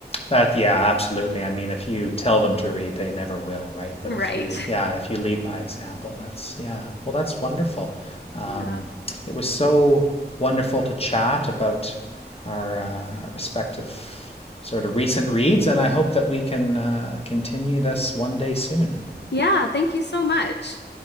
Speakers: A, on the left; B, on the left.
A: That yeah, absolutely. I mean, if you tell them to read, they never will, right? But
B: Right.
A: if you yeah,
B: <laughs>
A: if you lead by example, that's yeah. Well, that's wonderful. Um,
B: Yeah.
A: it was so wonderful to chat about our uh, respective sort of recent reads, and I hope that we can uh, continue this one day soon.
B: Yeah, thank you so much.